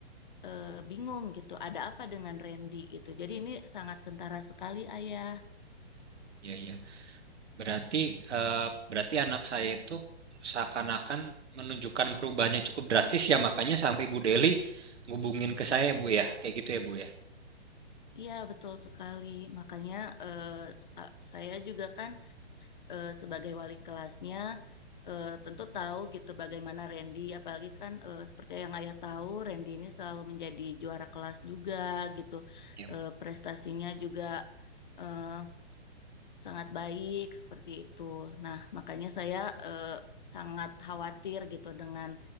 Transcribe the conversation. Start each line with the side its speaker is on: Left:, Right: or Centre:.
Left: eh, bingung gitu, ada apa dengan Randy gitu. Jadi ini sangat kentara sekali ayah.
Right: Ya, ya. Berarti eh, berarti anak saya itu seakan-akan menunjukkan perubahannya cukup drastis ya makanya sampai Bu Deli ngubungin ke saya Bu ya kayak gitu ya Bu ya.
Left: Iya, betul sekali. Makanya eh, ka- saya juga kan eh, sebagai wali kelasnya eh, tentu tahu gitu bagaimana Randy, apalagi kan eh, seperti yang ayah tahu, Randy ini selalu menjadi juara kelas juga gitu.
Right: Ya, Bu.
Left: Eh, prestasinya juga eh, sangat baik seperti itu. Nah, makanya saya eh, sangat khawatir gitu dengan